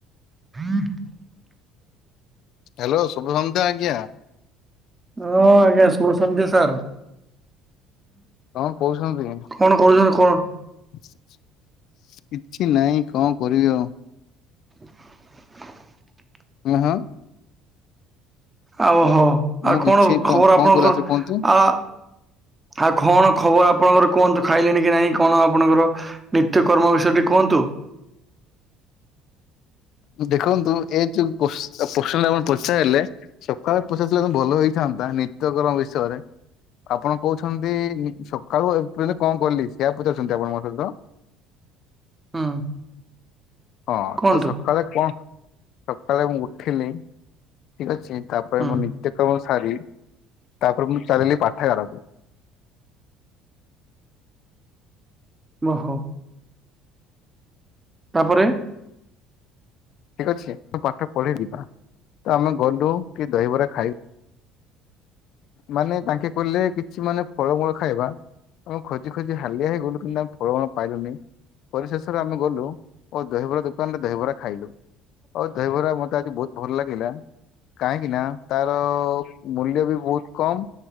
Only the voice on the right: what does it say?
<inaudible>
ହଁ ଆଜ୍ଞା ଶୁଭ ସନ୍ଧ୍ୟା ସାର୍।
କଣ କରୁଛନ୍ତି କଣ
<inaudible>
ଆଉହୋ ଆଉ
କଣ
ଖବର
ଆପଣଙ୍କର
ଆ ଆଉ କଣ? ଖବର ଆପଣଙ୍କର କୁହନ୍ତୁ ଖାଇଲେଣି କି ନାଇଁ କଣ ଆପଣଙ୍କର ନିତ୍ୟ କର୍ମ ବିଷୟ କୁହନ୍ତୁ।
ହୁଁ।
କୁହନ୍ତୁ
ହୁଁ
ଓହୋ। ତାପରେ